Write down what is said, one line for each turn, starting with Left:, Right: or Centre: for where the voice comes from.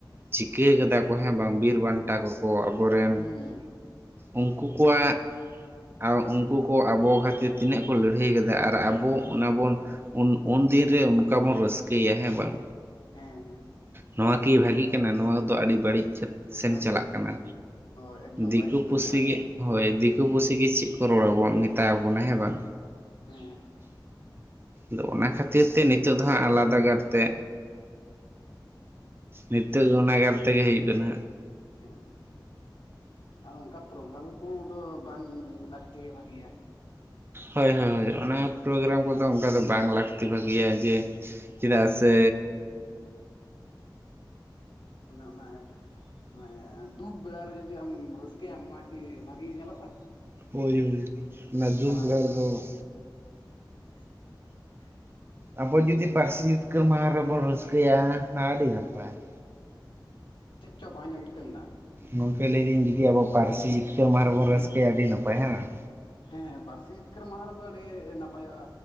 Right: ᱪᱤᱠᱟᱹ ᱠᱮᱫᱟ ᱠᱚ ᱦᱮᱸ ᱵᱟᱝ ᱵᱤᱨ ᱵᱟᱱᱴᱟ ᱠᱚ ᱠᱚ ᱟᱵᱚᱨᱮᱱ
Left: ᱦᱩᱸ
Right: ᱩᱱᱠᱩ ᱠᱚᱣᱟᱜ ᱟᱨ ᱩᱱᱠᱩ ᱠᱚ ᱟᱵᱚ ᱠᱷᱟᱹᱛᱤᱨ ᱛᱤᱱᱟᱹᱜ ᱠᱚ ᱞᱟᱹᱲᱦᱟᱹᱭ ᱠᱟᱫᱟ ᱟᱨ ᱟᱵᱚ ᱚᱱᱟ ᱵᱚᱱ ᱩᱱ ᱩᱱᱫᱤᱱ ᱨᱮ ᱚᱱᱠᱟ ᱵᱚᱱ ᱨᱟᱹᱥᱠᱟᱹᱭᱭᱟ ᱦᱮᱸ ᱵᱟᱝ?
Left: ᱦᱮᱸ ᱦᱮᱸ
Right: ᱱᱚᱣᱟ ᱠᱤ ᱵᱷᱟᱹᱜᱤ ᱠᱟᱱᱟ ᱱᱚᱣᱟ ᱫᱚ ᱟᱹᱰᱤ ᱵᱟᱹᱲᱤᱡ ᱥᱮᱱ
Left: ᱵᱟᱹᱲᱤᱡ
Right: ᱪᱟᱞᱟᱜ ᱠᱟᱱᱟ,
Left: ᱦᱳᱭ ᱮᱠᱫᱚᱢ
Right: ᱫᱤᱠᱩ
Left: ᱵᱟᱹᱲᱤᱡ ᱥᱮᱱ
Right: ᱯᱩᱥᱤᱜ
Left: ᱪᱟᱞᱟᱜ
Right: ᱜᱮ
Left: ᱠᱟᱱᱟ
Right: ᱦᱳᱭ ᱫᱤᱠᱩ ᱫᱤᱠᱩ ᱯᱩᱥᱤ ᱜᱮ ᱪᱮᱫ ᱠᱚ ᱨᱚᱲ ᱟᱵᱚᱱ ᱢᱮᱛᱟᱭ ᱟᱵᱚᱱᱟ ᱦᱮᱸ ᱵᱟᱝ?
Left: ᱦᱮᱸ
Right: ᱟᱫᱚ ᱚᱱᱟ ᱠᱷᱟᱹᱛᱤᱨ ᱛᱮ ᱱᱤᱛᱚᱜ ᱫᱚ ᱦᱟᱸᱜ ᱟᱞᱟᱫᱟ ᱠᱟᱨᱛᱮ ᱱᱤᱛᱚᱜ ᱫᱚ ᱱᱟᱜᱟᱨ ᱛᱮᱜᱮ ᱦᱩᱭᱩᱜ ᱦᱟᱸᱜ ᱾
Left: ᱦᱮᱸ ᱟᱨ ᱚᱱᱠᱟ ᱯᱨᱳᱜᱨᱟᱢ ᱠᱚᱫᱚ ᱵᱟᱝ ᱞᱟᱹᱠᱛᱤᱭᱟ ᱵᱷᱟᱜᱤᱭᱟ ᱾
Right: ᱦᱳᱭ ᱦᱳᱭ ᱦᱳᱭ ᱚᱱᱟ ᱯᱨᱳᱜᱨᱟᱢ ᱠᱚᱫᱚ ᱚᱱᱠᱟ ᱫᱚ ᱵᱟᱝ ᱞᱟᱹᱠᱛᱤ ᱵᱷᱟᱹᱜᱤᱭᱟ, ᱡᱮ ᱪᱮᱫᱜ ᱥᱮ
Left: ᱚᱱᱮ ᱚᱱᱟ ᱢᱟᱱᱮ ᱫᱩᱠ ᱵᱮᱲᱟᱨᱮ ᱡᱩᱫᱤ ᱟᱢ ᱨᱟᱹᱥᱠᱟᱹᱭᱟᱢ ᱚᱱᱟᱠᱤ ᱵᱷᱟᱜᱤ ᱧᱮᱞᱚᱜᱼᱟ?
Right: ᱦᱳᱭ ᱦᱳᱭ ᱚᱱᱟ ᱫᱩᱜ
Left: ᱠᱷᱟᱨᱟᱯ
Right: ᱵᱮᱨᱟ
Left: ᱜᱮ ᱧᱮᱞᱚᱜᱼᱟ
Right: ᱫᱚ
Left: ᱚᱱᱟ
Right: ᱦᱳᱭ
Left: <unintelligible>
Right: ᱟᱵᱚ ᱡᱩᱫᱤ ᱯᱟᱹᱨᱥᱤ ᱡᱤᱛᱠᱟᱹᱨ ᱢᱟᱦᱟ ᱨᱮᱵᱚᱱ ᱨᱟᱹᱥᱠᱟᱹᱭᱟ ᱚᱱᱟ ᱟᱹᱰᱤ ᱱᱟᱯᱟᱭ ᱾
Left: ᱪᱮᱫ ᱪᱚ ᱵᱟᱝ ᱟᱡᱚᱢ ᱴᱷᱤᱠᱟᱹᱣ ᱞᱮᱱᱟ?
Right: ᱜᱚᱢᱠᱮ ᱞᱟᱹᱭᱫᱟᱹᱧ ᱡᱩᱫᱤ ᱟᱵᱚ ᱯᱟᱹᱨᱥᱤ ᱡᱤᱛᱠᱟᱹᱨ ᱢᱟᱦᱟ ᱨᱮᱵᱚᱱ ᱨᱟᱹᱥᱠᱟᱹᱭᱟ ᱟᱹᱰᱤ ᱱᱟᱯᱟᱭ ᱦᱮᱵᱟᱝ?
Left: ᱦᱮᱸ ᱯᱟᱹᱨᱥᱤ ᱡᱤᱛᱠᱟᱹᱨ ᱢᱟᱦᱟ ᱨᱮᱫᱚ ᱟᱹᱰᱤ ᱱᱟᱯᱟᱭᱚᱜᱼᱟ